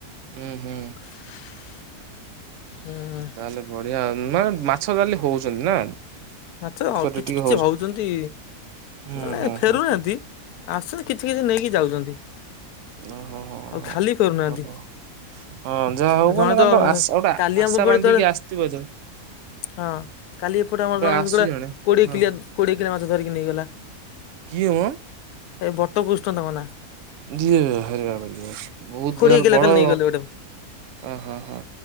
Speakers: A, on the right; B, on the left.
A: ହୁଁ ହୁଁ।
B: <inaudible> ହୁଁ
A: ତାହେଲେ ବଢିଆ ଆଉ ମାନେ ମାଛ ତାହାଲେ ହଉଛନ୍ତି ନା।
B: ମାଛ
A: ପୋଖରୀରେ
B: କିଛି
A: ଟିକେ
B: କିଛି ହଉଛନ୍ତି।
A: ହୁଁ
B: ମାନେ
A: ହୁଁ
B: ଫେରୁନାହାନ୍ତି
A: ହୁଁ
B: ଆସୁଛନ୍ତି କିଛି କିଛି ନେଇକି ଯାଉଛନ୍ତି।
A: ଓ ହ ହ
B: ଆଉ
A: ହ
B: ଖାଲି ଫେରୁନାହାନ୍ତି
A: ଭଲ। ହଁ ଯାହା ହଉ
B: ଆଉ
A: ମାନେ
B: ଜଣେ
A: ତାଙ୍କ
B: ତ
A: ଗୋଟେ
B: କାଲି ଆମ
A: ଆଶା
B: ପଟେ
A: ବାନ୍ଧିକି
B: ତଳେ
A: ଆସିଥିବ ଜଣେ
B: ହଁ କାଲି ଏପଟେ ଆମର
A: ଆସୁଛି
B: ଜଣେ କୋଡିଏ
A: ହଁ
B: କିଲିଆ କୋଡିଏ କିଲୋ ମାଛ ଧରିକି ନେଇଗଲା।
A: କିଏ ମ?
B: ସେଇ ବଟକୃଷ୍ଣ ତାଙ୍କ ନା।
A: ଯିଏ ବାହାରେ ବାବାରେ ବାବା ବହୁତ
B: କୋଡିଏ
A: ତାହାଲେ
B: କିଲୋ
A: ବଡ
B: କାଲି ନେଇଗଲେ ଗୋଟେ
A: ଆହା ହା।